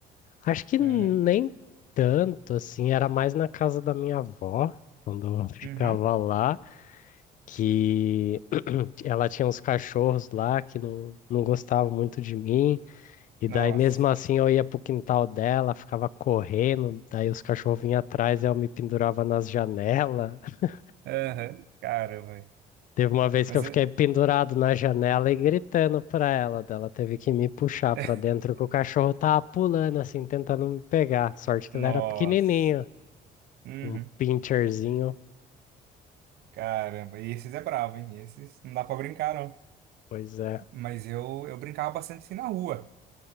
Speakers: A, on the left (about 50°); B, on the right (about 70°).
A: Acho que nem
B: Uhum.
A: tanto, assim, era mais na casa da minha avó, quando eu <laughs> ficava
B: Uhum.
A: lá, que ela tinha uns cachorros lá que não, não gostavam muito de mim, e
B: Nossa.
A: daí mesmo assim eu ia pro quintal dela, ficava correndo, daí os cachorros vinham atrás, eu me pendurava nas janelas. <laughs>
B: Uhum. Caramba. velho.
A: Teve uma vez
B: Mas
A: que eu
B: é.
A: fiquei pendurado na janela e gritando pra ela, dela teve que me puxar
B: <laughs>
A: pra dentro, que o cachorro tava pulando, assim, tentando me pegar. Sorte que
B: Nossa.
A: ele era pequenininho.
B: Uhum.
A: Um pincherzinho.
B: Caramba. E esses é bravo, hein? Esses não dá pra brincar, não.
A: Pois é,
B: Mas eu, eu brincava bastante assim na rua.